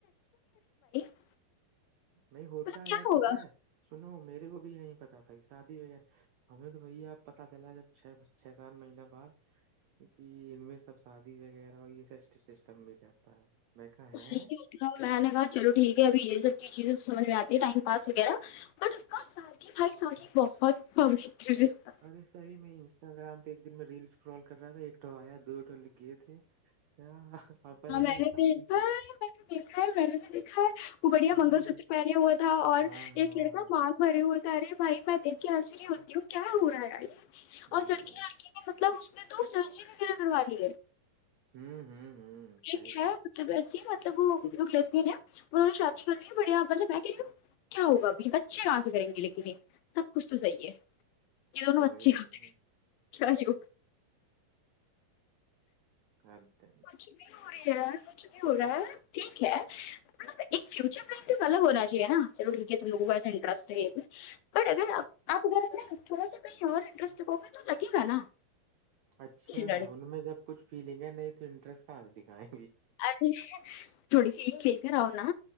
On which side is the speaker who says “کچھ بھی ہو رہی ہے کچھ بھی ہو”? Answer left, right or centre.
Left